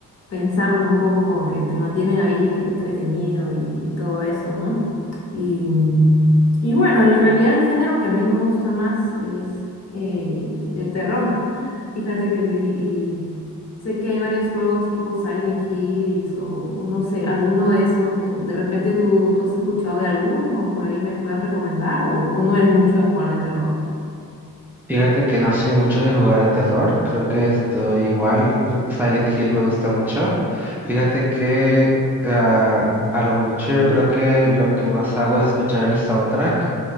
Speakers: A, on the left; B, in the centre.
A: pensarlo un poco, como que te mantienen ahí entretenido y, y todo eso, ¿no? Y, y bueno, en realidad el género que a mí me gusta más es eh, de terror. <laughs> Fíjate que sí, y sé que hay varios juegos tipo Silent Hills o, o no sé, alguno de esos. eh, ¿De repente tú, tú has escuchado de alguno? ¿Por ahí me puedes recomendar? ¿O, o no eres mucho de jugar de terror?
B: Fíjate que no soy mucho de jugar de terror, creo que estoy igual, Silent Hill me gusta mucho. Fíjate que ah, a lo mucho yo creo que lo que más hago es escuchar el soundtrack